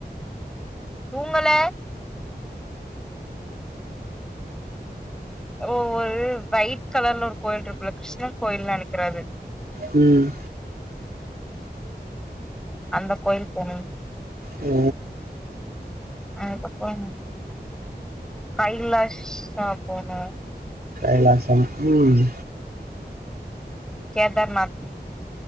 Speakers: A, in the centre; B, on the right (about 65°).
A: தூங்கல ஓ ஒரு ஒயிட் கலர்ல ஒரு கோயில் இருக்குல்ல கிருஷ்ணன் கோயில்னு நெனைக்கிறே அது
B: ம்
A: அந்த கோயில் போணு
B: ஆ
A: அதுக்கப்பறம் கைலாஷா போனு
B: கைலாசா ம்
A: கேதர்நாத்